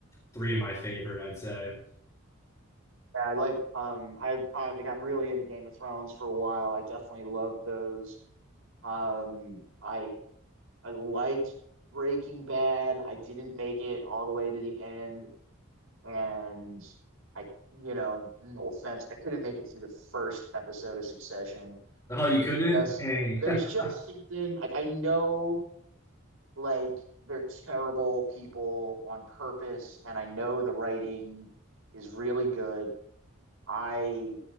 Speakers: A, on the left; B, on the right.
A: three of my favorite, I'd say.
B: Yeah, I like um I uh, I got really into Game of Thrones for a while. I definitely loved those. Um I I liked Breaking Bad. I didn't make it all the way to the end and I you know, no offense, I couldn't make it through the first episode of Succession.
A: Oh, you
B: There's
A: couldn't?
B: just
A: Dang.
B: there's just
A: <laughs>
B: something like I know like they're terrible people on purpose and I know the writing is really good I